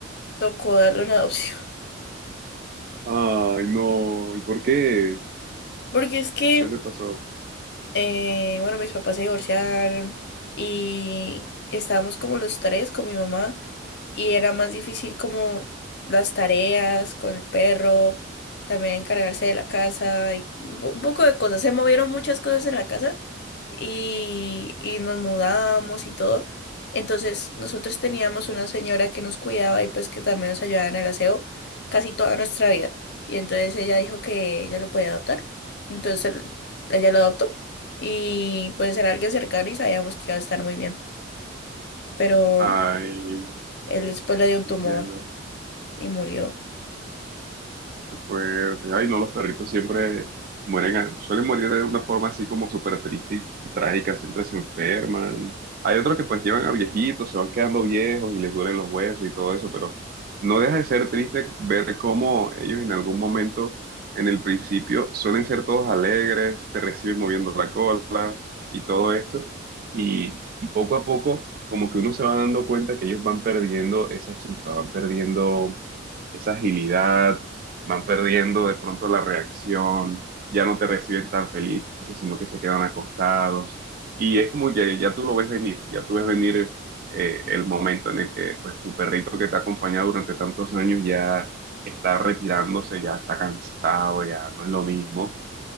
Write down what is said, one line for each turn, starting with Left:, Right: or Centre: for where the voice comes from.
Left: tocó darle una adopción.
Right: Ay, no, ¿y por qué?
Left: Porque es que
Right: ¿Qué te pasó?
Left: eh, bueno, mis papás se divorciaron y estábamos como los tres con mi mamá y era más difícil como las tareas con el perro, también encargarse de la casa y un po- un poco de cosas. Se movieron muchas cosas en la casa y, y nos mudamos y todo. Entonces nosotros teníamos una señora que nos cuidaba y pues que también nos ayudaba en el aseo casi toda nuestra vida. Y entonces ella dijo que ella lo podía adoptar. Entonces ella lo adoptó y pues era alguien cercano y sabíamos que iba a estar muy bien, pero
Right: Ay,
Left: él después le dio un tumor
Right: entiendo.
Left: y murió.
Right: Qué fuerte. Ay, no, los perritos siempre mueren, suelen morir de una forma así como súper triste y trágica, siempre se enferman. Hay otros que pues llevan a viejitos, se van quedando viejos y les duelen los huesos y todo eso, pero no deja de ser triste ver cómo ellos en algún momento, en el principio, suelen ser todos alegres, te reciben moviendo la cola y todo esto. Y, y poco a poco, como que uno se va dando cuenta que ellos van perdiendo esa chispa, van perdiendo esa agilidad, van perdiendo de pronto la reacción, ya no te reciben tan felices, sino que se quedan acostados. Y es como que ya tú lo ves venir, ya tú ves venir eh, el momento en el que pues, tu perrito que te ha acompañado durante tantos años ya está retirándose, ya está cansado, ya no es lo mismo